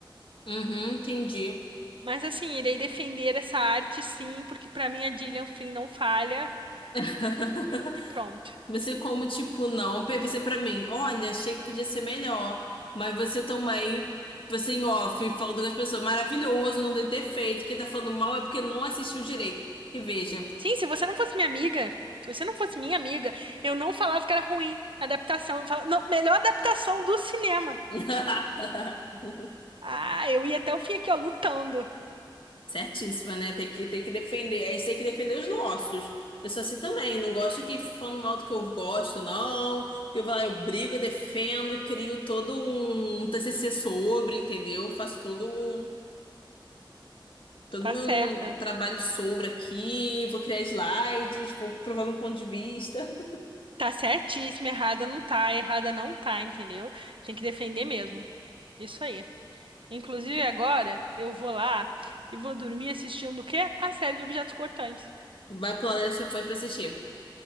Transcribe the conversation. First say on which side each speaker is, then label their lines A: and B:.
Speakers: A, on the left; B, on the right.
A: Uhum, entendi.
B: Mas assim, irei defender essa arte sim, porque pra mim a Gillian Flynn não falha
A: <laughs>
B: e, e pronto.
A: Você como, tipo, não, Pra você pra mim, olha, achei que podia ser melhor, mas você também, você em off, falando com as pessoas, maravilhoso, não tem defeito, quem tá falando mal é porque não assistiu direito. Reveja.
B: Sim, se você não fosse minha amiga, se você não fosse minha amiga, eu não falava que era ruim a adaptação. Eu falava, não, melhor adaptação do cinema.
A: <laughs>
B: Ah, eu ia até o fim aqui, ó, lutando.
A: Certíssima, né? Tem que, tem que defender, a gente tem que defender os nossos. Eu sou assim também, não gosto que falando mal do que eu gosto, não, porque eu vou lá, eu brigo, eu defendo, crio todo um TCC sobre, entendeu? Faço todo um todo
B: Tá
A: meu
B: certa.
A: trabalho sobre aqui, vou criar slides, vou provar meu ponto de vista.
B: Tá certíssima, errada não tá, errada não tá, entendeu? Tem que defender mesmo. Isso aí. Inclusive agora eu vou lá e vou dormir assistindo o quê? A série de objetos cortantes.
A: Vai pro Last of Us pra assistir.